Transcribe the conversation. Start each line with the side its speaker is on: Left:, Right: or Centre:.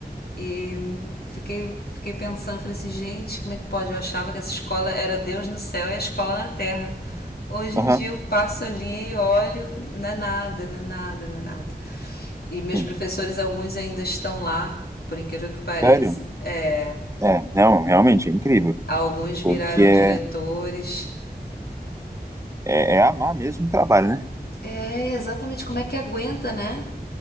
Left: E fiquei, fiquei pensando, falei assim, gente, como é que pode? Eu achava que essa escola era Deus no céu e a escola na terra. Hoje
Right: Aham,
Left: em dia eu passo ali, olho, não é nada, não é nada, não é nada. E meus
Right: sim.
Left: professores, alguns ainda estão lá, por incrível que pareça.
Right: Sério?
Left: É,
Right: É, não, realmente é incrível,
Left: alguns viraram
Right: porque é,
Left: diretores.
Right: é, é amar mesmo o trabalho, né?
Left: É, exatamente, como é que aguenta, né?